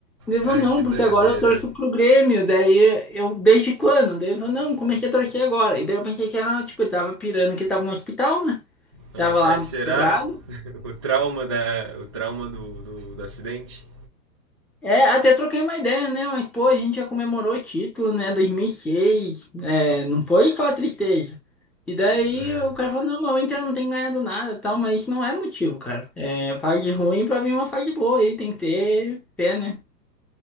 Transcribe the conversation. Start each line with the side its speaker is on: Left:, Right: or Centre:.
Centre: Devo
Right: Cara,
Centre: não,
Right: que doideira.
Centre: porque agora eu torço pro Grêmio. Daí eu, desde quando? Devo não, comecei a torcer agora. E daí eu pensei que era, tipo, eu tava pirando que ele tava no hospital, né?
Right: Ah,
Centre: Tava
Right: é,
Centre: lá
Right: será
Centre: quebrado.
Right: <laughs> o trauma da o trauma do, do, do acidente?
Centre: É, até troquei uma ideia, né? Mas, pô, a gente já comemorou o título, né? 2006. É, não foi só a tristeza. E daí
Right: É,
Centre: o cara falou, não, mas o Inter não tem ganhado nada e tal, mas isso não é motivo, cara. É, fase ruim pra vir uma fase boa aí, tem que ter pé, né?